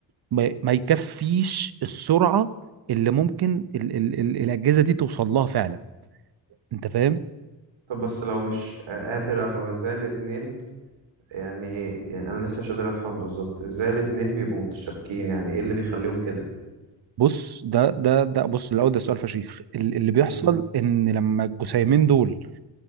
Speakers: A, on the right; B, on the right.
A: ما ما يكفيش السرعة اللي ممكن ال ال ال الأجهزة دي توصل لها فعلا انت فاهم
B: طب بس لو مش قادر أفهم إزاي الاتنين يعني يعني أنا لسه مش قادر أفهم بالظبط إزاي الاتنين بيبقوا متشابكين يعني إيه اللي بيخليهم كده
A: بص ده ده ده بص الاول ده سؤال فشيخ ال- اللي بيحصل
B: مم.
A: ان لما الجسيمين دول